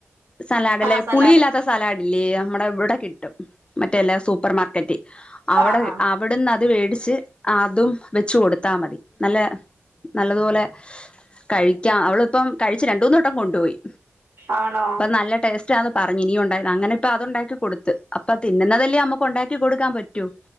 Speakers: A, on the left; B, on the right.
A: സലാഡ് അല്ലേ
B: ആഹ് സലാഡ്
A: പുളില്ലാത്ത സലാഡല്ലേ നമ്മുടെ ഇവിടെ കിട്ടും മറ്റേല്ല സൂപ്പർ മാർക്കറ്റ് അവിടെ
B: ആഹ് ആഹ്
A: അവിടുന്ന് അത് വേടിച്ച് അതും വെച്ച് കൊടുത്ത് താ മതി നല്ല നല്ലതുപോലെ കഴിക്കാം അവളിപ്പം കഴിച്ച് രണ്ട് മൂന്ന് വട്ടം കൊണ്ടുപോയി
B: ആണോ
A: അപ്പ നല്ല ടേസ്റ്റ് ആന്ന് പറഞ്ഞു ഇനിയും ഉണ്ട അങ്ങനെപ്പൊ അത് ഉണ്ടാക്കി കൊടുത്ത് അപ്പൊ തിന്നുന്നതല്ലേ നമുക്ക് ഉണ്ടാക്കി കൊടുക്കാൻ പറ്റും